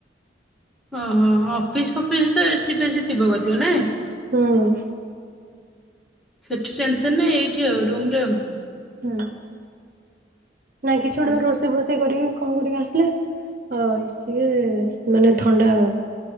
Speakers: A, in the centre; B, on the right (about 50°).
A: ଓହୋ, ଅଫିସ୍ ଫଫିସ୍ ତ ଏସିି ଫେଶି ଥିବ କଥିବ ନାଇଁ?
B: ହଁ।
A: ସେଠି ଟେନସନୂ ନାହିଁ, ଏଇଠି ଆଉ ରୁମ୍ ର।
B: ହୁଁ, ନା କିଛି ଗୋଟେ
A: ହୁଁ
B: ଧର ରୋଷେଇ ଫୋଷେଇ କରିକି କଣ କରିକି ଆସିଲେ ଆଇ ସିଏ ମାନେ ଥଣ୍ଡା ହବ।